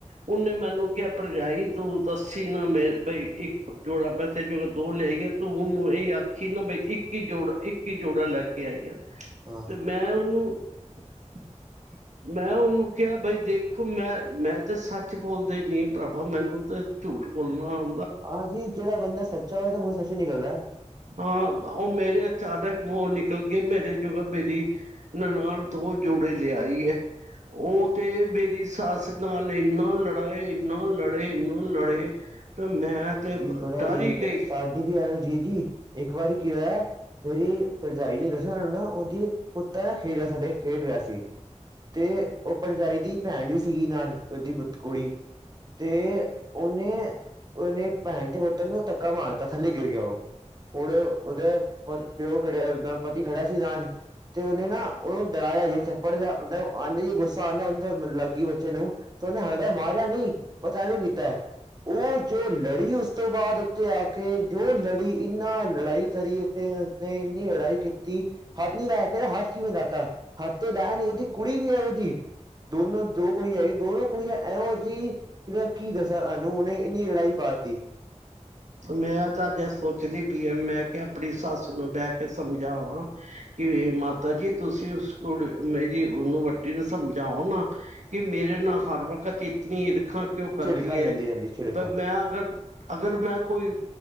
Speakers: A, on the right; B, on the right.
A: ਓਨੇ ਮੈਨੂੰ ਕਿਆ ਭਰਜਾਈ ਤੂੰ ਦੱਸੀ ਨਾ ਮੈਂ ਬਈ ਇੱਕ ਜੋੜਾ ਮੈਂ ਤੇ ਜੋੜਾ ਦੋ ਲਿਆਈ ਆ। ਤੂੰ ਓਨੂੰ ਇਹੀ ਆਖੀ ਨਾ ਬਈ ਇੱਕੀ ਜੋੜਾ ਇੱਕੀ ਜੋੜਾ ਲੈ ਕੇ ਆਈ ਆ,
B: ਹਾਂ
A: ਤੇ ਮੈਂ ਓਨੂੰ ਹਾਂ <unintelligible> ਮੈਂ ਓਨੂੰ ਕਿਆ ਬਈ ਦੇਖੋ ਮੈਂ-ਮੈਂ ਤੇ ਸੱਚ ਬੋਲ ਦੇਨੀ ਆ ਭਰਾਵਾ ਮੈਨੂੰ ਤੇ ਝੂਠ ਬੋਲਨਾ ਔਂ
B: ਹਾਂਜੀ ਜੇੜਾ ਬੰਦਾ ਸੱਚਾ ਹੋਵੇ ਤੇ ਮੂੰ ਚੋਂ ਸੱਚ ਈ ਨਿਕਲਦਾ।
A: ਹਾਂ ਓ ਮੇਰੇ ਅਚਾਨਕ ਮੂੰਹੋਂ ਨਿਕਲ ਗਏ ਮੇਰੇ ਜੋ ਮੇਰੀ ਨਨਾਣ ਦੋ ਜੋੜੇ ਲਿਆਈ ਐ। ਓ ਤੇ ਮੇਰੀ ਸੱਸ ਨਾਲ ਏਨਾ ਲੜੇ-ਏਨਾ ਲੜੇ-ਏਨਾ ਲੜੇ ਮੈਂ ਤੇ
B: ਜੀ ਬੜਾ
A: ਡਰ
B: ਈ
A: ਹੀ ਗਈ
B: ਸਾਡੀ ਵੀ ਐਵੇਂ ਜੀ-ਜੀ ਇੱਕ ਵਾਰੀ ਕੀ ਹੋਏਆ ਮੇਰੀ ਭਰਜਾਈ ਨੇ ਦੱਸੇਆ ਨਾ ਓਨੂੰ ਓਦੀ ਪੁੱਤ ਨਾ <unintelligible> ਖੇਡਿਆ ਸਾਡੇ ਖੇਡ ਰਿਆ ਸੀ। ਤੇ ਓ ਭਰਜਾਈ ਦੀ ਭੈਨ ਵੀ ਸੀਗੀ ਨਾਲ ਓਦੀ ਪੁੱਤ ਕੁੜੀ ਤੇ ਓਨੇ-ਓਨੇ ਭੈਣ ਦੇ ਪੁੱਤ ਨੂੰ ਧੱਕਾ ਮਾਰਤਾ ਥੱਲੇ ਗਿਰ ਗਿਆ ਓ। ਹੁਣ ਓਦਾ ਪਿਓ ਖੜਿਆ ਪਤੀ ਖੜਾ ਸੀ ਨਾਲ ਤੇ ਓਨੇ ਨਾ ਓਨੂੰ ਡਰਾਇਆ ਜੇ ਚੱਪੜ ਜਾ ਮਤਲਬ ਆਂਟੀ ਗੁੱਸਾ ਆਂਦਾ ਹੁੰਦਾ ਓ ਲੱਗਈ ਬੱਚੇ ਨੂੰ ਤੇ ਓਨੇ ਹਲੇ ਮਾਰਿਆ ਨੀ ਬਸ ਐਵੇਂ ਕੀਤਾ ਤੇ ਓ ਜੋ ਲੜ ਲੜੀ ਉਸ ਤੋਂ ਬਾਅਦ ਓਥੇ ਆ ਕੇ ਜੋ ਲੜੀ ਇੰਨਾ ਲੜਾਈ ਕਰੀ ਇਥੇ ਨੇ ਇੰਨੀ ਲੜਾਈ ਕੀਤੀ ਹੱਥ ਨੀ ਲਾਇਆ ਕੈਂਦਾ ਹੱਥ ਕਿਵੇਂ ਲਾਤਾ ਹੱਥ ਤੇ ਲਾਏਆ ਨੀ ਓਦੀ ਕੁੜੀ ਵੀ ਓਹੋ ਜਹੀ ਦੋਨੋ ਦੋ ਕੁੜੀ ਆਈ ਦੋਨੋ ਕੁੜੀਆਂ ਐਹੋ ਜੀ ਕੀ ਮੈਂ ਕੀ ਦੱਸਾਂ ਤਾਨੂੰ ਓਨੇ ਇੰਨੀ ਲੜਾਈ ਪਾਤੀ।
A: ਮੈਂ ਤਾਂ ਅਜੇ ਸੋਚਦੀ ਪੀਆਂ ਮੈਂ ਕਿਆ ਆਪਣੀ ਸੱਸ ਨੂੰ ਬਹਿ ਕੇ ਸਮਝਾਵਾਂ ਕਿ ਮਾਤਾ ਜੀ ਤੁਸੀਂ ਉਸ ਕੋਲ ਮੇਰੀ ਓਨੂੰ ਵੱਡੀ ਨੂੰ ਸਮਝਾਓ ਨਾ। ਕਿ ਮੇਰੇ ਨਾਲ ਹਰ ਵਕਤ ਇਤਨੀ ਈਰਖਾ ਕਿਓਂ ਕਰਦੀ
B: ਝਿੜਕਾ
A: ਏ,
B: ਲੈਂਦੀ ਰਹਿੰਦੀ ਝਿੜਕਾ
A: ਮੈਂ ਅਗਰ-ਅਗਰ ਮੈਂ ਕੋਈ